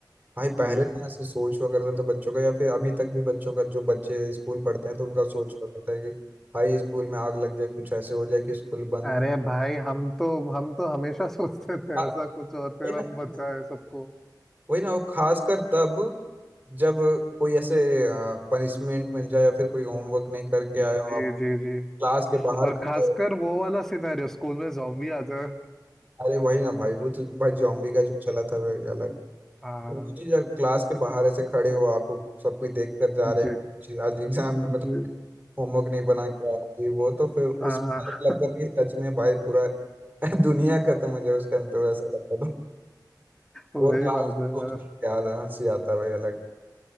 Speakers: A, on the right (about 25°); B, in the centre.
A: भाई पहले
B: जी
A: ना ऐसे सोच हुआ करता था बच्चों का या फिर अभी तक भी बच्चों का जो बच्चे स्कूल पढ़ते हैं तो उनका सोच हुआ करता है कि भाई स्कूल में आग लग जाए कुछ ऐसे हो जाए कि स्कूल बंद
B: अरे भाई हम तो हम तो हमेशा सोचते थे
A: हाँ,
B: ऐसा कुछ और फिर
A: वही ना
B: हम
A: वही
B: बचाए
A: ना
B: सबको
A: वही ना, वो खासकर तब जब कोई ऐसे पनिशमेंट मिल जाए या फिर कोई होमवर्क नहीं करके
B: जी
A: आए हो आप
B: जी जी
A: क्लास के बाहर
B: और
A: खड़े
B: खासकर
A: हो
B: वो वाला सिनेरियो स्कूल में जॉम्बी आ जाए
A: अरे वही ना भाई वो तो भाई जॉम्बी का जो चला था वो एक अलग
B: हाँ
A: वो चीज अगर क्लास के बाहर ऐसे खड़े हो आपको सब कुछ देख कर जा रहे
B: जी
A: हैं जी, आज एग्जाम में
B: जी
A: मतलब होमवर्क नहीं बना के आए ये वो तो फिर
B: हाँ
A: उस टाइम लगता था कि सच में भाई पूरा <laughs> दुनिया खत्म हो जाए उस टाइम तो वैसा लगता था
B: वही
A: वो तो
B: बात
A: आज सोच
B: है यार
A: के याद हंसी आता है भाई अलग